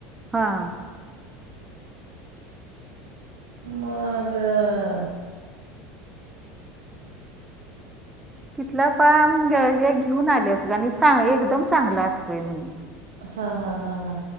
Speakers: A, on the right (about 15°); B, on the right (about 75°).
A: हां.
B: मगऽ
A: तिथला बाम हे घेऊन आलेत ग, आणी चांगला एकदम चांगला असतोय म्हणे.
B: हा हा हा हा,